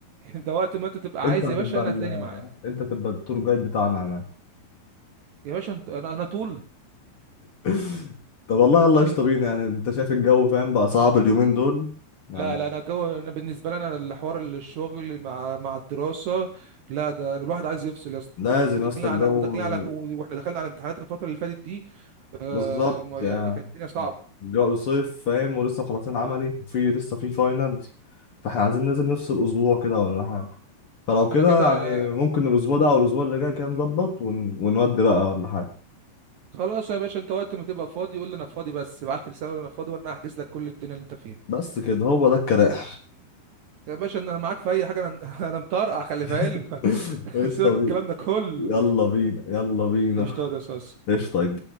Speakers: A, on the right (about 85°); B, on the left (about 60°).
A: انت وقت ما انت تبقى
B: انت
A: عايز
B: هتبقى
A: يا باشا انا
B: ال...
A: هتلاقيني معاك
B: انت هتبقى التور جايد بتاعنا هناك
A: يا باشا انت انا انا طول
B: <laughs> طب والله يلا قشطة
A: انت
B: بينا يعني انت شايف الجو فاهم بقى صعب اليومين دول يعني
A: لا لا انا جو انا بالنسبه لي انا الحوار الشغل مع مع الدراسه لا ده أنا الواحد عايز يفصل يا اسطى
B: لازم
A: وداخلين
B: يا اسطى الجو
A: على وداخلين على واحنا دخلنا على امتحانات الفتره اللي فاتت دي آه
B: بالظبط
A: الم... يعني
B: يعني
A: كانت الدنيا صعبه
B: الجو صيف فاهم ولسه مخلصين عملي في لسه في فاينلز فاحنا عايزين لازم نفصل اسبوع كده ولا حاجة فلو كده
A: انا كده كده-
B: يعني ممكن الاسبوع ده او الاسبوع اللي جاي كده نظبط ون... ونودي بقى ولا حاجة
A: خلاص يا باشا انت وقت ما تبقى فاضي قول لي انا فاضي بس ابعت لي رساله قول لي انا فاضي وانا هحجز لك كل الدنيا اللي انت فيها
B: بس كده هو ده الكلام
A: يا باشا انا معاك في اي حاجه انا <laughs> انا مطرقع خلي
B: <laughs>
A: في علمك <laughs>
B: ايش
A: سيبك
B: طب
A: من الكلام ده كله
B: يلا بينا يلا بينا
A: اشتغل يا صاص
B: ايش طق